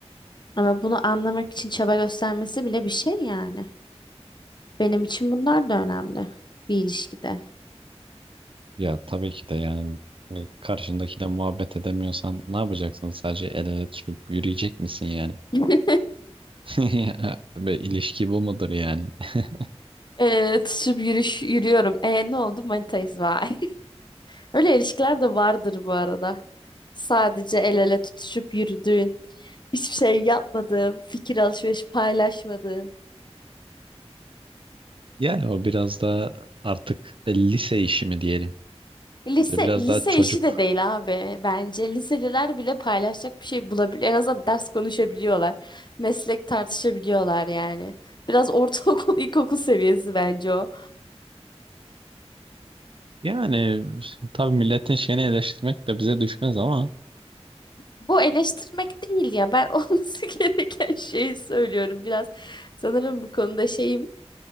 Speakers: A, on the left; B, on the right.
A: Ama bunu anlamak için çaba göstermesi bile bir şey yani. Benim için bunlar da önemli bir ilişkide.
B: Ya tabii ki de yani e, karşındakiyle muhabbet edemiyorsan ne yapacaksın? Sadece el ele tutup yürüyecek misin yani?
A: <laughs>
B: <laughs> Ve ilişki bu mudur yani? <laughs>
A: Evet, şu yürüyüş yürüyorum. E ne oldu? Manitayız vay. <laughs> Öyle ilişkiler de vardır bu arada. Sadece el ele tutuşup yürüdüğün, hiçbir şey yapmadığın, fikir alışverişi paylaşmadığın.
B: Yani o biraz da artık lise işi mi diyelim?
A: Lise
B: Ve Biraz
A: lise
B: daha çocuk.
A: işi de değil abi bence. Liseliler bile paylaşacak bir şey bulabiliyor. En azından ders konuşabiliyorlar. Meslek tartışabiliyorlar yani. Biraz ortaokul, <laughs> ilkokul seviyesi bence o.
B: Yani tabii milletin şeyini eleştirmek de bize düşmez ama
A: Bu eleştirmek değil ya. Ben <laughs> olması gereken şeyi söylüyorum biraz. Sanırım bu konuda şeyim.